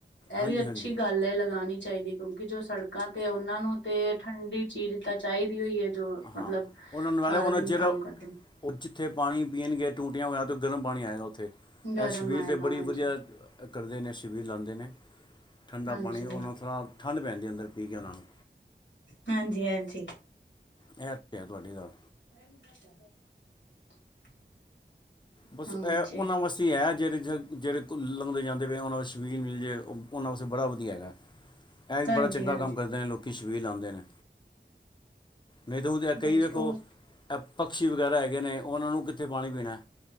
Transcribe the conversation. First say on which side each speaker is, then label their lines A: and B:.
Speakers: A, on the left; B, on the left.
A: ਐ
B: ਹਾਂਜੀ
A: ਵੀ ਅੱਛੀ
B: ਹਾਂਜੀ
A: ਗੱਲ ਏ ਲਗਾਣੀ ਚਾਹੀਦੀ ਕਿਉਂਕਿ ਜੋ ਸੜਕ ਕਾ ਤੇ ਓਨਾਂ ਨੂੰ ਤੇ ਠੰਡੀ ਚੀਜ਼ ਤਾਂ ਚਾਈਦੀ ਈ ਓ ਏ। ਜੋ ਮਤਲਬ
B: ਹਾਂ ਉਹਨਾਂ ਨੂੰ ਨਾਲੇ
A: ਸਾਰਾ
B: ਉਹਨਾਂ
A: ਦਿਨ
B: ਜਿਹੜਾ
A: ਕੰਮ ਕਰਦੇ ਨੇ।
B: ਉਹ ਜਿੱਥੇ ਪਾਨੀ ਪੀਣਗੇ ਟੂਟਿਆ ਵਗੇਰਾ ਤੇ ਗਰਮ ਪਾਨੀ ਆਏਗਾ ਉੱਥੇ
A: ਗਰਮ
B: ਐ ਸ਼ਬੀਲ
A: ਆਏਗਾ
B: ਤੇ ਬੜੀ
A: ਹਾਂਜੀ
B: ਵਧੀਆ ਕਰਦੇ ਨੇ ਸ਼ਬੀਲ ਲਾਂਦੇ ਨੇ ਠੰਡਾ
A: ਹਾਂਜੀ
B: ਪਾਣੀ ਓਨਾ ਨੂੰ ਥੋੜਾ ਠੰਡ ਪੈਂਦੀਏ ਅੰਦਰ ਪੀ ਕੇ ਓਨਾ ਨੂੰ।
A: ਹਾਂਜੀ ਹਾਂਜੀ।
B: ਐ ਤੇ ਹੈ ਤੁਆਡੀ ਗੱਲ।
A: <unintelligible>
B: ਬਸ
A: ਹਾਂਜੀ
B: ਐ ਓਨਾ ਵਾਸਤੇ ਈ ਐ ਜੇੜੇ ਜੇੜ ਜੇੜੇ ਕੁ ਲੰਘਦੇ ਜਾਂਦ ਫਿਰ ਓਨਾ ਸ਼ਬੀਲ‌ ਮਿਲ ਜੇ ਓਨਾ ਵਾਸਤੇ ਬੜਾ ਵਧੀਆ ਹੈਗਾ ਐ ਵੀ
A: ਹਾਂਜੀ
B: ਬੜਾ ਚੰਗਾ
A: ਹਾਂਜੀ
B: ਕੰਮ ਕਰਦੇ ਨੇ ਲੋਕ। ਕਿ ਸ਼ਬੀਲ ਲਾਂਦੇ ਨੇ ਨਈ ਤਾ ਹੁਨ ਕਈ
A: ਹਾਂਜੀ
B: ਵੇਖੋ
A: ਉਹ
B: ਐ ਪਕਸ਼ੀ ਵਗੈਰਾ ਹੈਗੇ ਨੇ ਓਨਾ ਨੂੰ ਕਿੱਥੇ ਪਾਣੀ ਪੀਣਾ।